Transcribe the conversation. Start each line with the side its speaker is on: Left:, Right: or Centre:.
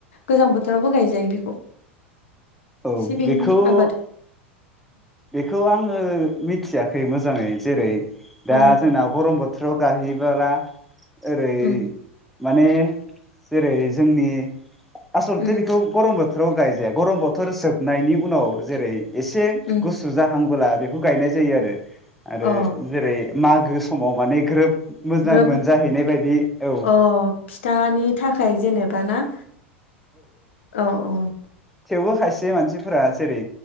Left: गोजां बोथोरावबो गायजायो बेखौ
Centre: औ
Left: सिबिंनि
Centre: बेखौ
Left: आबाद
Centre: बेखौ आङो मिथियाखै मोजाङै जेरै
Left: अ
Centre: दा जोंना गरम बोथोर बोथ्राव गाहायहैबोला ओरै
Left: उम
Centre: माने जेरै जोंनि आसलथे
Left: उम
Centre: बेखौ गरम बोथोर बोथोराव गायजाया गरम बोथोर जोबनायनि उनाव जेरै एसे
Left: उम
Centre: गुसु जाहांबोला बे खौ गायनाय जायो आरो आरो
Left: अ
Centre: जेरै मागो समाव माने ग्रोब मोजां
Left: ग्रोब
Centre: मोनजाहैनाय
Left: अ
Centre: बायदि औ
Left: फिथानि थाखाय जेनेबाना? औ औ।
Centre: थेवबो खायसे मानसि फोरा जेरै